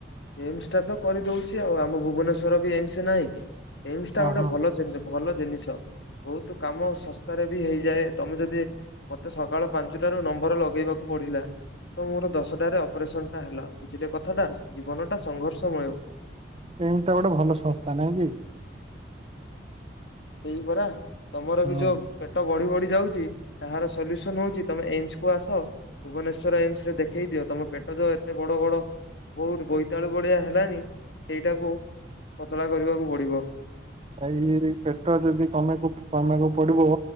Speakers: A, on the left (about 65°); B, on the right (about 30°).
A: ଏମ୍‌ସଟା ତ କରିଦଉଛି ଆଉ। ଆମ ଭୁବନେଶ୍ୱର ବି ଏମ୍‌ସ ନାହିଁ କି। ଏମ୍‌ସଟା
B: ହଁ
A: ଗୋଟେ
B: ହଁ।
A: ଭଲ ଭଲ ଜିନିଷ ବହୁତ କାମ ଶସ୍ ଶସ୍ତାରେ ବି ହେଇଯାଏ। ତମେ ଯଦି ମତେ ସକାଳ ପାଞ୍ଚଟାରୁ ନମ୍ବର ଲଗେଇବାକୁ ପଡିଲା। ତ ମୋର ଦଶଟାରେ ଅପରେସନ୍‌ଟା ହେଲା। ବୁଝିଲେ କଥାଟା ଜୀବନଟା ସଂଘର୍ଷମୟ।
B: ଏମ୍‌ସଟା ଗୋଟେ ଭଲ ସଂସ୍ଥା ନାହିଁ କି।
A: ସେଇ ପରା ତମରବି
B: ହଁ
A: ଯୋ ପେଟ ବଢିବଢି ଯାଉଛି। ତାହାର ସଲ୍ୟୁସନ୍‌ ହଉଛି ତମେ ଏମ୍‌ସକୁୁ ଆସ। ଭୁବନେଶ୍ଵର ଏମ୍‌ସରେ ଦେଖେଇ ଦିଅ। ତମ ପେଟ ଯୋଉ ଏତେ ବଡ ବଡ କୋଉଠି ବୋଇତାଳୁ ଭଳିଆ ହେଲାଣି। ସେଇଟାକୁ ପତଳା କରିବାକୁ ପଡିବ।
B: ତା ଇଏରେ ପେଟ ଯଦି କମକୁ କମିବାକୁ ପଡିବ